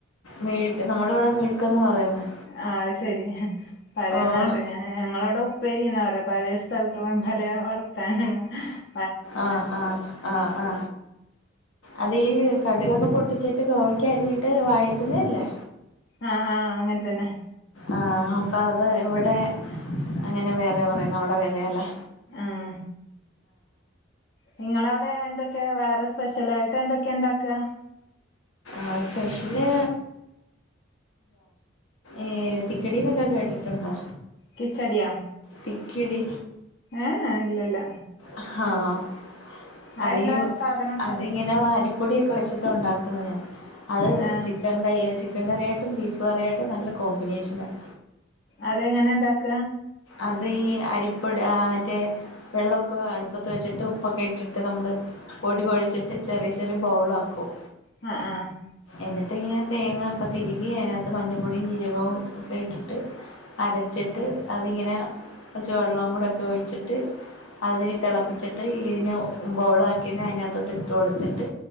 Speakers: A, on the left (about 90°); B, on the left (about 55°).
A: മെഴു നമ്മളിവിടെ മിഴുക്കന്നാ പറയുന്നെ
B: ആ.. അത് ശരി ഹ്ൻ.. പഴയ
A: ഓഹ്
B: നാട്ട <inaudible> ഏ.. ഞങ്ങളവിടെ ഉപ്പേരിന്ന് പറ പല സ്ഥലത്ത പല വർത്താനങ്ങളാ ഹ്.
A: ആ.. ആ ആ ആ അത് ഈ കടുകൊക്കെ പൊട്ടിച്ചിട്ട് ഗോവക്കയരിഞ്ഞി ട്ട് വായിട്ടുന്നയല്ലേ..
B: അ ആ അങ്ങനെ തന്നെ
A: ആഹ അപ്പ അത് ഇവിടെ അങ്ങനെ വേറെ പറയുന്ന അവിടെ വേറെയല്ലെ
B: ആഹ്.. നിങ്ങളവിടെ എന്തൊക്കെ വേറെ സ്പെഷ്യലായിട്ട് എന്തൊക്കെണ്ടാ ക്ക്‌ക
A: ആ സ്പെഷ്യല് <inaudible> ഏ തിക്കടിീന്നൊക്കെ കേട്ടിട്ടുണ്ടോ
B: കിച്ചടിയൊ
A: തിക്കിടി
B: എ ഏ ഇല്ലല്ല
A: ആഹാം.. അതി
B: അതെന്താ സാധനം
A: <inaudible> അതിങ്ങനെ അരിപ്പൊടിയൊക്കെ വെച്ചിട്ടാ ഉണ്ടാക്കണത് അത്
B: ആഹ്
A: <inaudible> ചിക്കൻ കൈ ചിക്കൻ കറിയായിട്ടും ബീഫ് കറിയായിട്ടും നല്ല കോമ്പിനേഷനാണ്
B: അതെങ്ങനെ ഉണ്ടാക്ക
A: അത്.. ഈ അരിപ്പൊട ആറ്റെ വെള്ളവൊക്കെ അടുപ്പത്ത് വെച്ചിട്ട് ഉപ്പൊക്കെ ഇട്ടിട്ട് നമ്മള് പൊടിികുഴച്ചിട്ട് ചെറിയ ചെറിയ ബൗളാക്കും
B: അ ആ..
A: എന്നിട്ട് ഇങ്ങനെ തേങ്ങാക്കെ തിരികി അതിനകത്ത് മഞ്ഞപ്പൊടിയും ജീരകവും ഒക്കെ ഇട്ടിട്ട് അടച്ചിട്ട് അതിങ്ങനെ ച്ച് വെള്ളം കൂടെ ഒക്കെ ഒഴിച്ചിട്ട് അതില് തിളപ്പിച്ചിട്ട് ഇതിനെ ബൗളാ ക്കിയതിനെ അതിനക ത്തോട്ട് ഇട്ട് കൊടുത്തിട്ട്